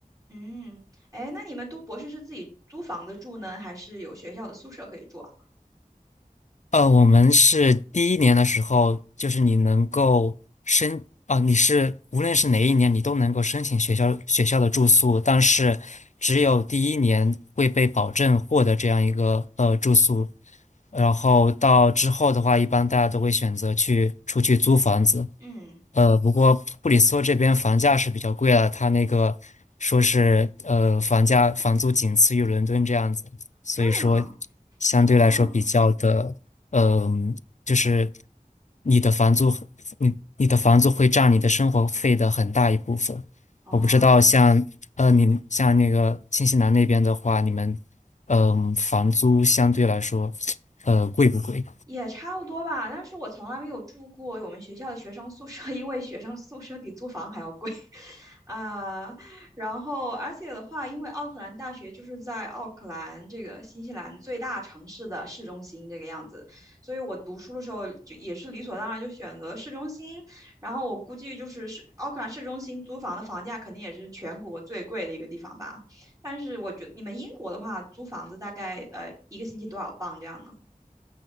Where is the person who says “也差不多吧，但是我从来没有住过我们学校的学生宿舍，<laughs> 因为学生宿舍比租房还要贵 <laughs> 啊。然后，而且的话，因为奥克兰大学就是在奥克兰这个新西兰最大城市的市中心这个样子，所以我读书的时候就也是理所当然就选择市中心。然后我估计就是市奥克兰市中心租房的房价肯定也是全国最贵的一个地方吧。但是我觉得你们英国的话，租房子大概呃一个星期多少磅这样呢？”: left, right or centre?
Right